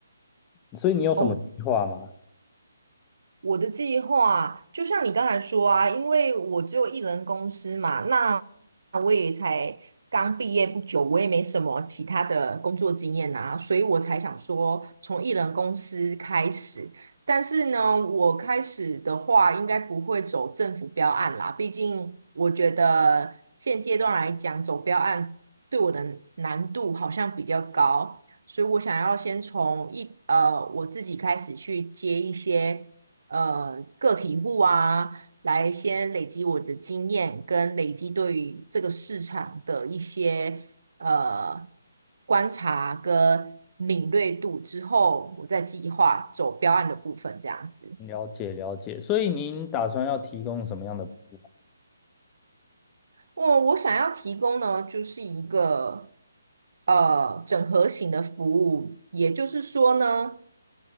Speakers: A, on the left; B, on the right.
A: 所以你有什么计划吗？
B: 哦。我的计划就像你刚才说啊，因为我只有一人公司嘛，那我也才刚毕业不久，我也没什么其他的工作经验啊，所以我才想说从一人公司开始。但是呢，我开始的话应该不会走政府标案啦，毕竟我觉得现阶段来讲，走标案对我的难度好像比较高。所以我想要先从一呃我自己开始去接一些呃个体户啊，来先累积我的经验，跟累积对于这个市场的一些呃观察跟敏锐度之后，我再计划走标案的部分，这样子。
A: 了解了解，所以您打算要提供什么样的服务啊
B: 我我想要提供呢，就是一个呃整合型的服务，也就是说呢。